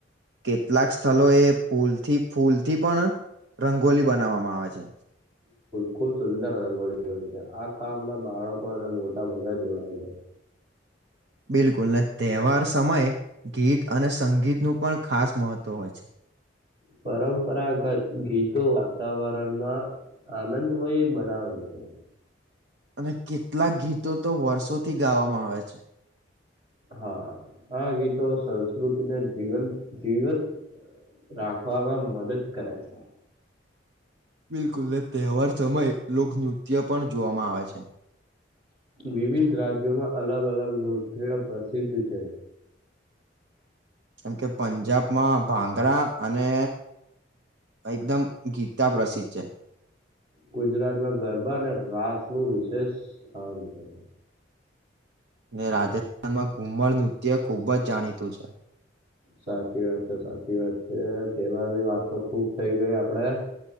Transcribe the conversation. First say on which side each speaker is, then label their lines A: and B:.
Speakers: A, on the right; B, on the right.
A: કેટલાક સ્થલો એ ફૂલથી ફૂલથી પણ રંગોલી બનાવવામાં આવે છે.
B: ખુબ સુંદર રંગોળી હોય છે આ કામમાં બાળકો અને મોટા બધા જોડાય છે. <inaudible>
A: બિલકુલ ને તહેવાર સમયે ગીત અને સંગીતનું પણ ખાસ મહત્ત્વ હોય છે.
B: પરંપરાગત ગીતો વાતા વાતાવરણમાં આનંદમય બનાવે છે.
A: અને કેટલાક ગીતો તો વર્ષોથી ગાવામાં આવે છે.
B: હા આ ગીતો સંસ્કૃતિને જીવંત જીવત રાખવામાં મદદ કરે છે.
A: બિલકુલ તહેવાર સમયે લોકનૃત્ય પણ જોવામાં આવે છે.
B: વિવિધ રાજ્યોમાં અલગ અલગ નૃત્ય પ્રસિદ્ધ છે.
A: કેમ કે પંજાબમાં ભાંગરા અને એકદમ ગીતા પ્રસિદ્ધ છે.
B: ગુજરાતમાં ગરબા અને રાસ નું વિશેષ સ્થાન છે.
A: મેં રાજસ્થાનમાં ઘુમળ નૃત્ય ખૂબ જ જાણીતું છે.
B: સાચી વાત છે સાચી વાત છે તહેવાર ની વાત તો ખુબ થઈ ગઈ આપડે.